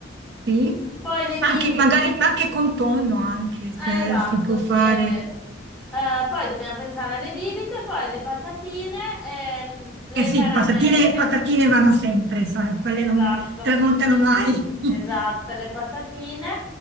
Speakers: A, on the right; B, in the centre.
A: sì.
B: Poi le
A: Ma
B: bibite.
A: anche, magari, ma anche con tonno anche,
B: Eh,
A: cioè
B: esatto,
A: si può
B: sì,
A: fare.
B: è vero. Eh, poi dobbiamo pensare alle bibite, poi le patatine, e mm, le
A: Eh sì,
B: caramelle.
A: patatine, patatine vanno sempre, sai, quelle
B: Esatto.
A: non tramontano mai. <laughs>
B: Esatto, le patatine